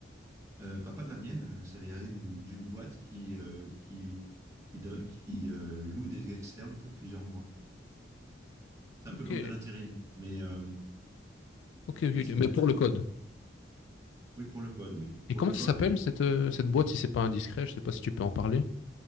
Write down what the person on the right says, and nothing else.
euh, pas, pas de la mienne, euh, salarié d'une d'une boîte qui, euh, qui, qui, donne- qui euh, loue des externes pour plusieurs mois. C'est un
peu comme de l'intérim, mais euh,
c'est
c'est des
boîtes,
oui, pour le code, oui. Pour
le code
et aussi,